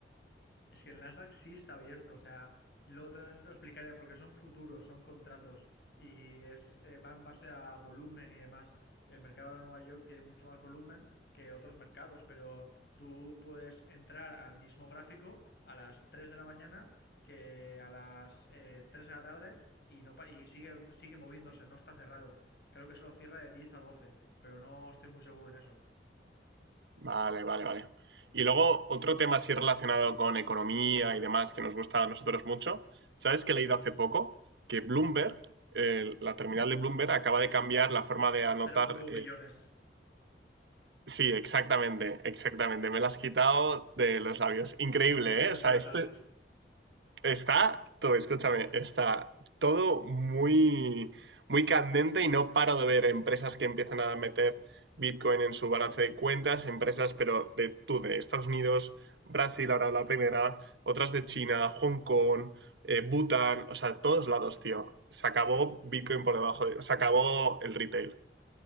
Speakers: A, on the left; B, on the right.
A: Es que el Nasdaq sí está abierto, o sea, lo, te lo explicaré porque son futuros, son contratos y es, eh, va en base a volumen y demás. El mercado de Nueva York tiene mucho más volumen que otros mercados, pero tú puedes entrar al mismo gráfico a las 3 de la mañana que a las eh, 3 de la tarde y, no, y sigue, sigue moviéndose, no está cerrado. Creo que se lo cierra de 10 a 12, pero no estoy muy seguro en eso.
B: Vale, vale, vale. Y luego, otro tema así relacionado con economía y demás que nos gusta a nosotros mucho. ¿Sabes que he leído hace poco? Que Bloomberg, eh, la terminal de Bloomberg, acaba de cambiar la forma de anotar
A: A 0.1 millones.
B: Sí, exactamente, exactamente. Me lo has quitado de los labios. Increíble,
A: Quería quitarte
B: ¿eh? O sea,
A: los
B: esto
A: labios.
B: está, todo, escúchame, está todo muy, muy candente y no paro de ver empresas que empiezan a meter Bitcoin en su balance de cuentas, empresas, pero de tú, de Estados Unidos, Brasil ahora la primera, otras de China, Hong Kong, eh, Bután, o sea, todos lados, tío. Se acabó Bitcoin por debajo de, se acabó el retail.